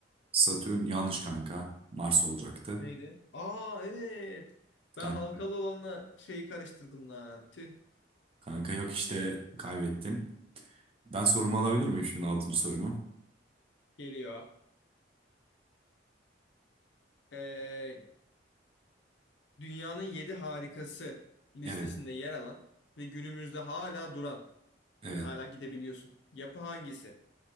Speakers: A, on the right; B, on the left.
A: Satürn yanlış kanka. Mars olacaktı.
B: Neydi? Aa evet. Ben
A: Kan-
B: halkalı olanla şeyi karıştırdım lan. Tüh.
A: Kanka, yok işte kaybettin. Ben sorumu alabilir miyim şimdi altıncı sorumu?
B: Geliyor. Ee, dünyanın 7 harikası listesinde
A: Evet.
B: yer alan ve günümüzde hala duran,
A: Evet.
B: yani hala gidebiliyorsun. Yapı hangisi?